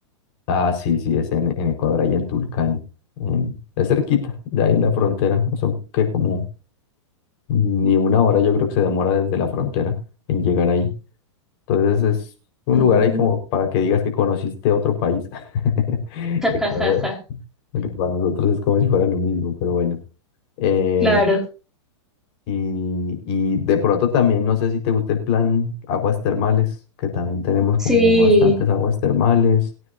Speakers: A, on the left; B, in the centre.
A: Ah, sí, sí, es en, en Ecuador, ahí en Tulcán, en- es cerquita, de ahí en la frontera, son que como ni una hora yo creo que se demora desde la frontera en llegar ahí. Entonces es un
B: Mm,
A: lugar ahí como para que digas que conociste otro país. <laughs>
B: <laughs>
A: Ecuador, porque para nosotros es como si fuera lo mismo, pero bueno. Eh,
B: claro,
A: y, y de pronto también no sé si te gusta el plan aguas termales, que también tenemos
B: sí.
A: como bastantes aguas termales